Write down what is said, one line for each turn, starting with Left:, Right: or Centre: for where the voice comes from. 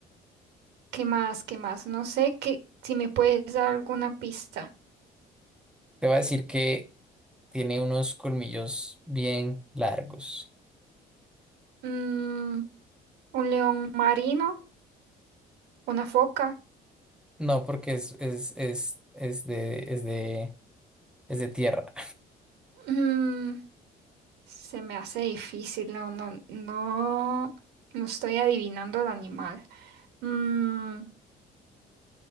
Right: ¿Qué más? ¿Qué más? No sé qué, si me puedes dar alguna pista.
Centre: te voy a decir que tiene unos colmillos bien largos.
Right: Mm, un león marino, una foca.
Centre: No, porque es, es, es, es de, es de, es de tierra.
Right: Mm, se me hace difícil, no, no, no, no estoy adivinando el animal. Mm,